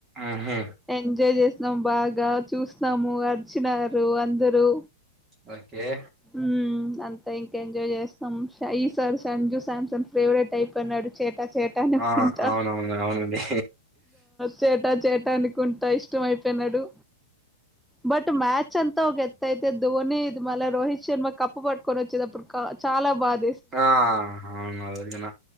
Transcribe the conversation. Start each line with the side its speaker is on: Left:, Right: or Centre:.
Right: ఉహు
Centre: ఎంజాయ్ చేస్ డం బాగా చూసినాము అర్చినారు అందరూ
Right: ఓకే
Centre: ఉమ్ అంతే ఇంకేంజాయ్ చేసినం సే ఈసారి సంజు శాంసన్ ఫేవరెట్ అయిపోయినాడు చేట చేటానుకుంట
Right: ఆ అవునవును అవునండి
Centre: చేట చే అనుకుంటా ఇష్టం అయిపోయినాడు బట్ మ్యాచంతా ఒకెత్తయితే ధోని ఇది మల్ల రోహిత్ శర్మ కప్పు పట్టుకొని ఒచ్చేటప్పుడు కా చాలా బాగ్
Right: ఆఆహ్ అవును అడిగిన